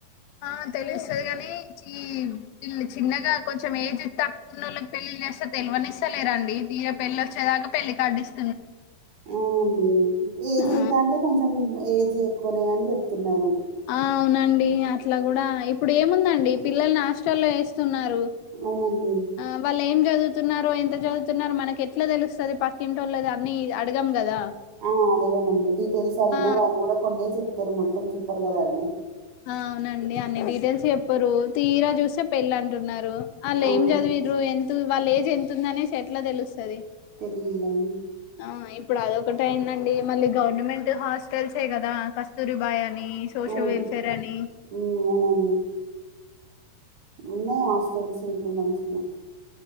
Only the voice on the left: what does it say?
ఆ తెలుస్తది కాని చిన్ ఇల్ చిన్నగా కొంచెం ఏజ్ తక్కువ ఉన్న ఓళ్ళకి పెళ్ళి చేస్తే తెలివనిస్తలేరండి తీర పెళ్లి వచ్చదాకా పెళ్లి కార్డిస్
ఆ
ఆ అవునండి అట్లా కూడా ఇప్పుడు ఏముందండి పిల్లల్ని హాస్టల్లో ఏస్తున్నారు.
ఆ వల్ ఏం చదువుతున్నారో ఎంత చదువుతున్నారో మనకి ఎట్లా తెలుస్తది పక్కింటోళ్ళది అన్ని అడగం కదా
ఆ
అవునండి అన్ని డీటెయిల్స్ చెప్పరు తీరా చూస్తే పెళ్ళి అంటున్నారు ఆళ్ళు
ఏం చదు విరు ఎంతు వాళ్ళ ఏజ్ ఎంతు ఉందనేసి ఎట్లా తెలుస్తది
ఆ ఇప్పుడు అదొకటైందండి మళ్ళీ గవర్నమెంట్ హాస్టల్సే కదా కస్తూరి బాయాని సోషల్
వెల్ఫేర్ అని